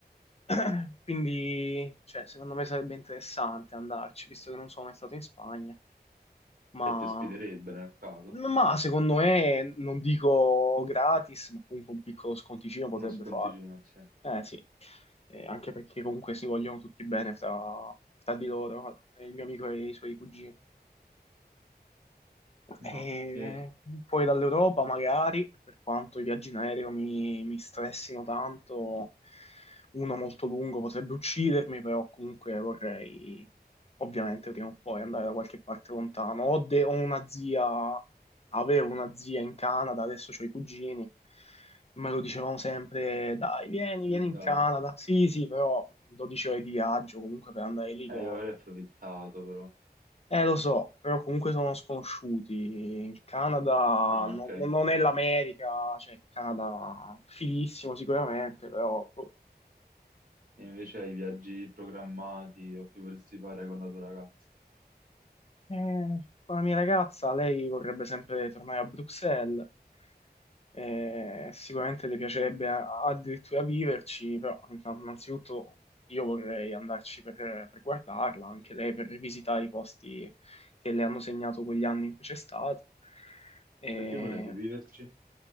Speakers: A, on the left; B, on the right.
A: <clears throat> Quindi, cioè, secondo me sarebbe interessante andarci, visto che non sono mai stato in Spagna, ma
B: E ti ospiterebbe nel caso?
A: Ma secondo me, non dico gratis, ma comunque un piccolo sconticino potrebbe
B: Uno sconticino,
A: fare.
B: sì.
A: Eh sì, Eh, anche perché comunque si vogliono tutti bene fra, fra di loro, eh, il mio amico e i suoi cugini.
B: No,
A: E
B: e
A: poi dall'Europa magari, per quanto i viaggi in aereo mi, mi stressino tanto, uno molto lungo potrebbe uccidermi, però comunque vorrei ovviamente prima o poi andare da qualche parte lontano. Ho, de- ho una zia, avevo una zia in Canada, adesso ho i cugini, me lo dicevamo sempre, dai, vieni,
B: di
A: vieni
B: andare.
A: in Canada. Sì, sì, però 12 ore di viaggio comunque per andare lì
B: Eh,
A: con
B: io avrei approfittato però.
A: eh, lo so, però comunque sono sconosciuti. Il Canada
B: Ah,
A: no-
B: ok. E
A: no- non è l'America, cioè il Canada fighissimo sicuramente, però boh.
B: invece hai viaggi programmati o che vorresti fare con la tua ragazza?
A: Eh, con la mia ragazza lei vorrebbe sempre tornare a Bruxelles, eh, sicuramente le piacerebbe a- addirittura viverci, però inna- innanzitutto io vorrei andarci per, per guardarla, anche lei per rivisitare i posti che le hanno segnato quegli anni in cui c'è stata. Eh,
B: Perché vorrebbe viverci?